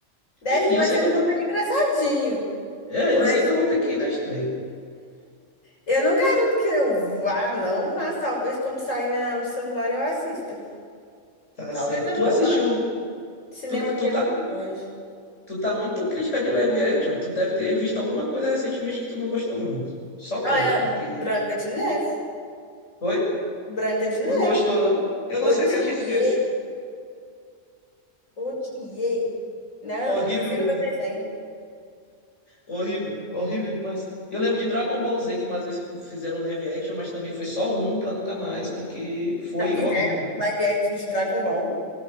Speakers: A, on the left (about 85°); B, on the left (about 70°).
A: Deve
B: Enfim,
A: que
B: eu
A: vai
B: sei
A: ser
B: que eu vou,
A: super engraçadinho.
B: é,
A: Mas
B: eu sei que eu vou ter que ir na estreia.
A: eu não garanto que eu vá, não, mas talvez quando sair na- no celular eu assista.
B: Tá
A: Talvez
B: certo.
A: eu
B: Tu
A: não
B: assistiu,
A: vá. Cinema
B: tu, tu,
A: aqui é
B: tá-
A: muito longe.
B: Tu tá muito crítica de live action. Tu deve ter visto alguma coisa recentemente que tu não gostou muito. Só pode,
A: Ah, é
B: porque.
A: a Branca de Neve.
B: Oi?
A: Branca de Neve.
B: Não gostou, não? Eu não
A: Odiei,
B: sei o que achei esse. esse.
A: odiei. Não,
B: Horrível
A: prefiro
B: mesmo.
A: meu desenho.
B: Horrível. Horrível demais. Eu lembro de Dragon Ball Z, que mais vezes fizeram live action, mas também foi só um pra nunca mais, porque foi
A: Já fizeram
B: horrível.
A: um live action de Dragon Ball.